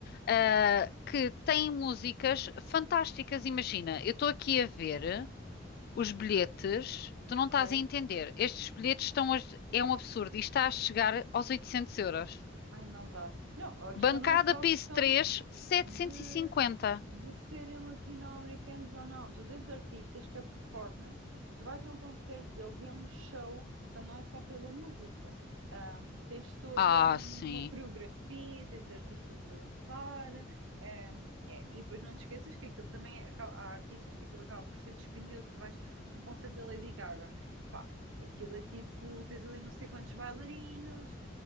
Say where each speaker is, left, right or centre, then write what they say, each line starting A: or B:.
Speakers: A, on the left; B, on the right.
A: ah, que têm músicas fantásticas. Imagina, eu estou aqui a ver os bilhetes, tu não
B: ok.
A: estás a entender. Estes bilhetes estão a, é um absurdo e está a chegar aos 800 euros.
B: Ai, não dá. Não, a questão
A: Bancada
B: não é só
A: piso
B: a questão
A: três setecentos
B: de.
A: e cinquenta
B: de serem latino-americanos ou não. Tu tens artistas que a performance, tu vais a um concerto deles e é um show, portanto não é só pela música. Ahm, tens toda
A: Ah,
B: um-
A: sim.
B: uma coreografia, tens artistas a dançar, ahm, é- e depois não te esqueças que aquilo também, aca- há artistas que aquilo acaba por ser dispendioso. Tu vais a um concerto da Lady Gaga, pá, aquilo é tipo, tens ali não sei quantos bailarinos,